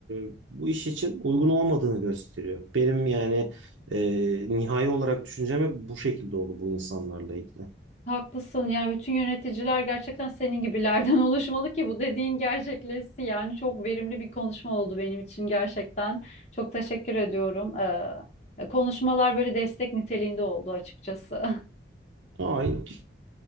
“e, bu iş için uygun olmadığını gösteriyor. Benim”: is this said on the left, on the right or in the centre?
Right